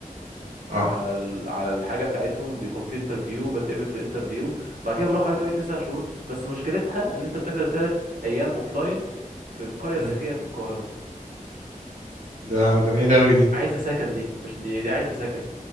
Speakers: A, on the right (about 55°); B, on the right (about 75°).
A: اه
B: على ال... على الحاجه بتاعتهم بيكون في انترفيو بتقبل في الانترفيو بعد كده بروح اي تو اي تسع شهور بس مشكلتها ان انت بتحضر ثلاث ايام اوف لاين في القريه
A: مم.
B: الذكيه في القاهره
A: ده ده بعيد قوي دي
B: عايزه سكن دي مش دي, دي عايزه سكن